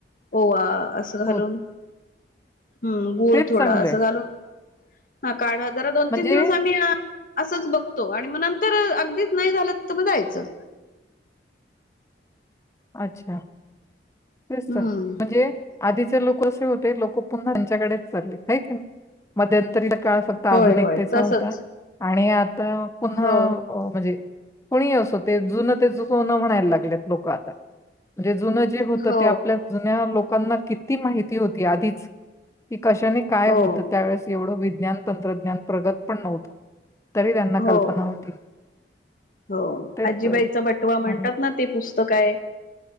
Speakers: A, on the left; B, on the left.
A: ओवा असं घालून
B: हो
A: हम्म गुळ
B: तेच
A: थोडा
B: चांगलं
A: असं
B: आहे
A: घालून हा काढ हजार दोन
B: म्हणजे
A: तीन दिवस आम्ही असंच बघतो आणि मग नंतर अगदीच नाही झालं तर मग जायचं
B: अच्छा तेच
A: हम्म
B: म्हणजे आधीचे लोक लोक पु्हाच्याकडेच चालले मध्यंतरी काळ
A: होय
B: आधुनिकतेचा
A: होय तसच
B: होता आणि आता पुन्हा
A: हो
B: म्हणजे कोुणीही असो ते जुनं ते जसो न म्हणायला लागलेत लोक आता म्हणजे जुनं जे होतं
A: हो
B: ते आपल्या जुन्या लोकांना किती माहिती होती आधीच की कशाने काय
A: हो
B: होतं त्यावेळेस एवढं विज्ञान तंत्रज्ञान प्रगत पण नव्हत तरी त्यांना
A: हो
B: कल्पना होती
A: हो
B: तेच
A: आजीबाईचा
B: तर
A: बटवा म्हणतात
B: आणि
A: ना ते पुस्तक आहे